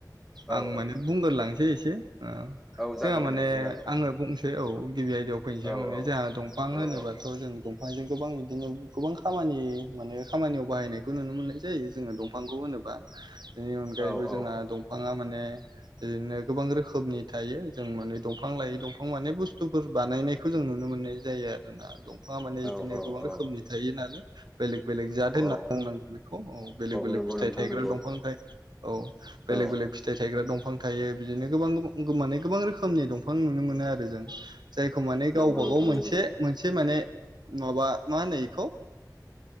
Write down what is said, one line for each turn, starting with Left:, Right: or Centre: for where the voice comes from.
Centre: औ
Right: आं माने बुंग्रोलांसै एसे
Centre: औ
Right: जोंहा
Centre: जागोन दे
Right: माने
Centre: नोंथां जागोन
Right: आङो बुंसै औ गिबि आयदायाव फैनोसै
Centre: औ
Right: आं माने जोंहा दंफां होनोबा
Centre: औ औ औ
Right: थ' जों दंफांजों गोबां बिदिनो गोबां खामानि माने खामानियाव बाहायनायखौ नुनो मोननाय जायो जोङो दंफांखौ होनोबा बेनि अनगायैबो
Centre: औ
Right: जोंहा दंफाङा माने बिदिनो गोबां रोखोमनि थायो जों माने दंफां लायै दंफां माने बुस्थुफोर बानायनाय खौ जों नुनो मोननाय जायो आरोना दंफाङा माने इदिनो
Centre: औ
Right: गोबां रोखोमनि
Centre: औ
Right: थायो नालाय बेलेग बेलेग जाद होनना
Centre: औ
Right: बुंनांगोन बेखौ औ बेलेग बेलेग
Centre: नंगौ
Right: फिथाइ
Centre: नोंथां
Right: थायग्रा
Centre: नंगौ
Right: दंफां थायो औ बेलेग
Centre: औ
Right: बेलेग फिथाइ थायग्रा दंफां थायो बिदिनो गोबां गोबां माने गोबां रोखोमनि दंफां नुनो मोनो आरो जों जायखौ माने
Centre: नंगौ
Right: गावबा
Centre: नोंथां
Right: गाव मोनसे
Centre: नंगौ
Right: मोनसे माने माबा मा होनो एखौ